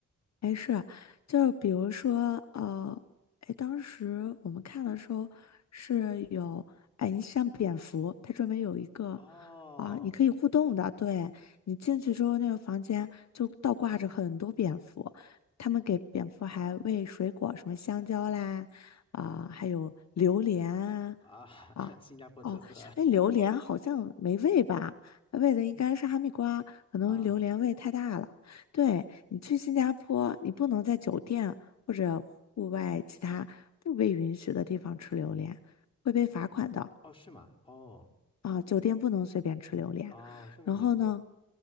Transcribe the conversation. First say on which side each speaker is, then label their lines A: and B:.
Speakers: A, on the left; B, on the left.
A: 哎，是，就是比如说，呃，哎，当时我们看的时候是有，哎，你像蝙蝠，它专门有一个
B: 哦，
A: 啊、你可以互动的，对，你进去之后，那个房间就倒挂着很多蝙蝠，他们给蝙蝠还喂水果，什么香蕉啦，啊、
B: 嗯
A: 还有榴莲啊，
B: 啊，<laughs>
A: 啊哦，
B: 新加坡特色
A: 哎，榴莲好像没味吧？味的应该是哈密瓜，可能榴莲味太大了。
B: <laughs> 啊。
A: 对，你去新加坡，你不能在酒店或者户外其他不被允许的地方吃榴莲，会被罚款的
B: 哦，是吗？哦，
A: 啊，酒店不能随便吃榴莲。
B: 哦，这么严格。
A: 然后呢？